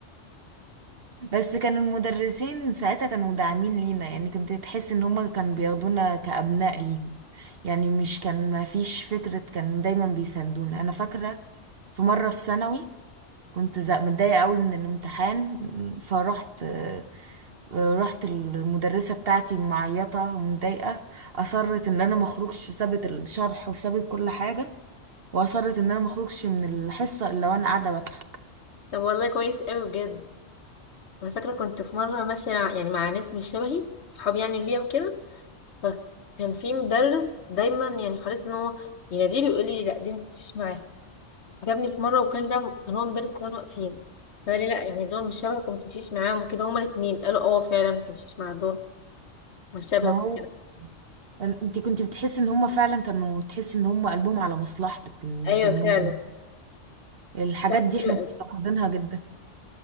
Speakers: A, on the right; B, on the left.
A: بس كان المدرسين ساعتها كانوا داعمين لينا يعني كنت تحس ان هما كانوا بياخدونا كأبناء ليهم يعني مش كان ما فيش فكرة كان دايما بيساندونا انا فاكرة في مرة في ثانوي كنت زق- متضايقة قوي من الامتحان فروحت آه، آه، رحت المدرسة بتاعتي معيطة ومتضايقة أصرت إن أنا مخرجش سابت الشرح وسابت كل حاجة وأصرت إن أنا مخرجش من الحصة إلا وأنا قاعدة بضحك
B: طب والله كويس قوي بجد انا فاكره كنت في مره ماشيه يعني مع ناس مش شبهي صحابي يعني ليا وكده فكان في مدرس دايما يعني حريص ان هو يناديلي ويقول لي لا دي ما تمشيش معاها جابني في مره وكان ده كان هو مدرس كانوا واقفين فقال لي لا يعني دول مش شبهك وما تمشيش معاهم وكده هما الاثنين قالوا اه فعلا ما تمشيش مع دول مش شبهك
A: ما
B: وكده
A: هو انت كنت بتحسي ان هما فعلا كانوا تحسي ان هما قلبهم على مصلحتك إن
B: ايوه
A: كانوا
B: فعلا
A: الحاجات
B: واحده
A: دي
B: حلوه
A: احنا
B: قوي
A: مفتقدينها جدا